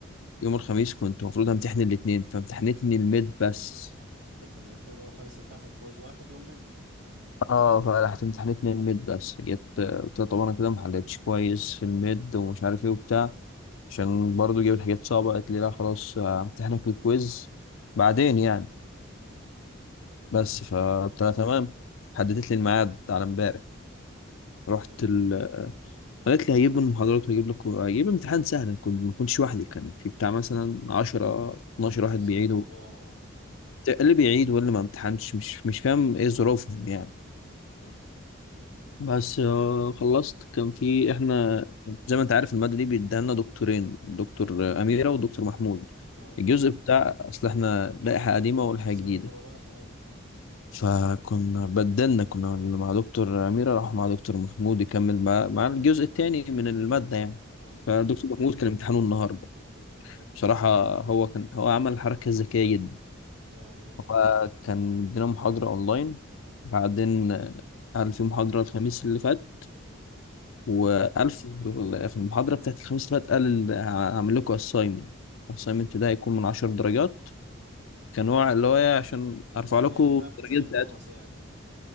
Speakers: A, on the left; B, on the right.
A: يوم الخميس كنت المفروض امتحن الاثنين فامتحنتني الميد بس
B: كنت المفروض يوم الخميس امتحن كويز واحد والمد
A: اه فرحت امتحنتني الميد بس جيت آه، قلت لها طب انا كده ما حلتش كويس في الميد ومش عارف ايه وبتاع عشان برضو جبت حاجات صعبه قالت لي لا خلاص آه، امتحنك الكويز بعدين يعني
B: امم
A: بس فقلت لها تمام حددت لي الميعاد على امبارح رحت
B: حلو
A: ال... قالت لي هجيب المحاضرات وهجيب لك هجيب امتحان سهل كنت ما كنتش وحدي كان في بتاع مثلا 10 12
B: نفس
A: واحد بيعيدوا
B: الموضوع
A: اللي بيعيد واللي ما امتحنش مش مش فاهم ايه ظروفهم يعني
B: حلو
A: بس آه، خلصت كان في احنا زي ما انت عارف المادة دي بيديها لنا دكتورين دكتور آه، أميرة ودكتور محمود
B: اه
A: الجزء بتاع اصل احنا لائحة قديمة
B: متقسمين
A: ولائحة جديدة
B: جروبات اي
A: فكنا بدلنا كنا اللي مع دكتور أميرة راح مع دكتور محمود يكمل مع, مع الجزء الثاني من المادة يعني
B: اه
A: فدكتور محمود كان امتحانه النهاردة
B: حلو
A: بصراحة هو كان هو عمل حركة ذكية جدا
B: يعمل ايه
A: هو كان ادينا محاضرة أونلاين بعدين آه، قال في محاضرة الخميس اللي فات وقال
B: حلو
A: في في المحاضرة بتاعت الخميس اللي فات قال ال- هعمل لكم أسايمنت الأسايمنت ده هيكون من عشر درجات كنوع اللي هو إيه عشان أرفع
B: دعم
A: لكم
B: يعني فاهم
A: الدرجات
B: زي البونص
A: بتاعتكم
B: يعني